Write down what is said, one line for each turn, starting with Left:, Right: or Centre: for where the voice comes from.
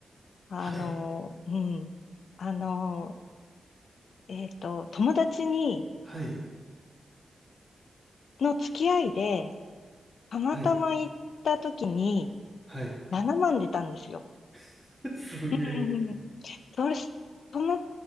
Left: あの、
Centre: はい、
Left: うん。あの、えっと、友達に、
Centre: はい、
Left: の付き合いで、たまたま行った時に、
Centre: はい、はい。
Left: 7万出たんですよ。
Centre: <laughs> すげえ。
Left: うんうんそし、その、